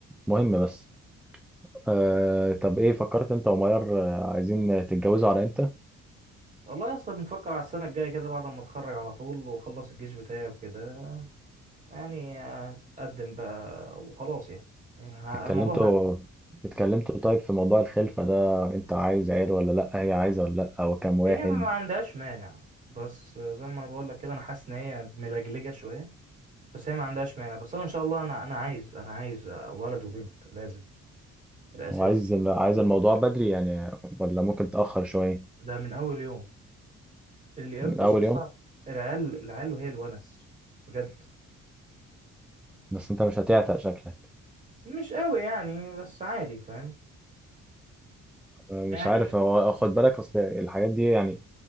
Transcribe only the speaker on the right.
والله يا اسطى بنفكر على السنه الجايه كده بعد ما اتخرج على طول واخلص الجيش بتاعي وكده يعني اتقدم بقى وخلاص يعني يعني ه-
الموضوع ه-
هي ما عندهاش مانع بس زي ما انا بقول لك كده انا حاسس ان هي ملجلجه شويه بس هي ما عندهاش مانع بس انا ان شاء الله انا انا عايز انا عايز ولد وبنت لازم ده اساس
ده من اول يوم اللي
بص
لسه
العيال العيال وهي الونس بجد
مش قوي يعني بس عادي فاهم
يعني